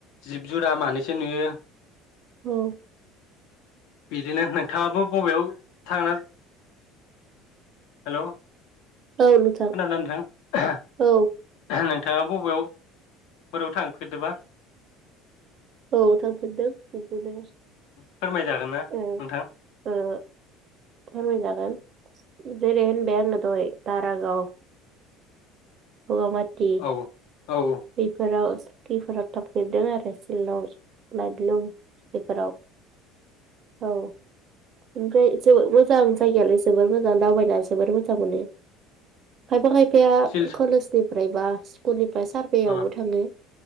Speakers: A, on the left; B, on the right.
A: जिब जुरा मानैसो नुयो
B: औ
A: बिदिनो नोंथाङाबो बबेयाव थांना हेलौ
B: औ नोंथां
A: खोनादों ना नोंथां <unintelligible>
B: औ
A: नों थाङा बबेयावफोराव थांफेरदोबा
B: औ थांफिनदों बेखोनो
A: फोरमायजागोन ना
B: ओ
A: नोंथां
B: ओ फोरमायजागोन जरै होनबाय आङो दहाय दारागाव बगामाथि
A: औ औ
B: बेफोराव बिफोराव थाफेरदों आरो शिलं लाइटलुम बेफोराव औ ओमफ्राय जोबो मोजां जायगायालाय जोबोर मोजां दावबायनानै जोबोर मोजां मोनो खायफा खायफाया
A: सिल
B: कलेज फ्रायबा स्कुलनिफ्राय सारभेयावबो
A: औ
B: थाङो